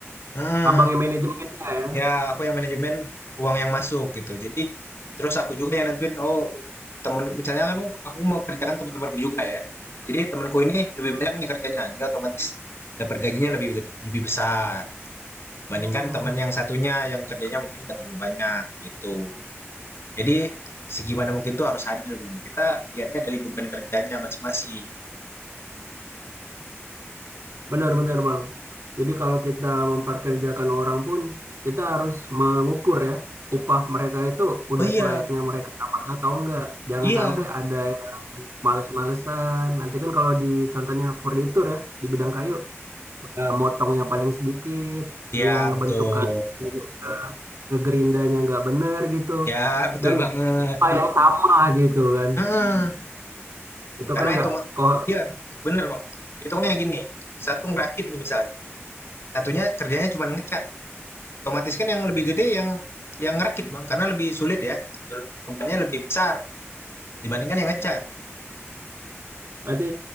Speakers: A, on the left; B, on the right.
A: Mhm.
B: abangnya manajemennya ya.
A: Ya, aku yang manajemen uang yang masuk gitu. Jadi terus aku juga yang nentuin oh untuk temen misalnya kan aku mau kerjakan teman-temanku juga ya. Jadi temanku ini lebih banyak nih kerjanya, dia otomatis dapat gajinya lebih ged- lebih besar dibandingkan
B: Hmm,
A: teman yang satunya yang kerjanya mungkin gak terlalu banyak gitu. Jadi segimana mungkin tuh harus adil bang. Kita lihatnya dari beban kerjanya masing-masing.
B: benar-benar Bang. Jadi kalau kita memperkerjakan orang pun kita harus mengukur ya upah mereka itu udah
A: Oh iya,
B: selayaknya mereka dapat atau enggak. Jangan
A: iya,
B: sampai ada yang males-malesan. Nanti kan kalau di contohnya furnitur ya di bidang kayu eh, motongnya paling sedikit,
A: iya
B: dia ngebentukkan
A: betul,
B: dia juga ngegerindanya nggak bener gitu.
A: ya betul
B: Dan
A: banget.
B: upah yang sama gitu kan.
A: Hmm.
B: Itu
A: Karena
B: kan nggak
A: hitung
B: kok
A: iya, bener, Bang. Hitungnya gini, satu ngerakit nih misalnya, satunya kerjanya cuma ngecat. Otomatis kan yang lebih gede yang yang ngerakit, Bang, karena lebih sulit ya. Bebannya lebih besar dibandingkan yang ngecat.
B: Berarti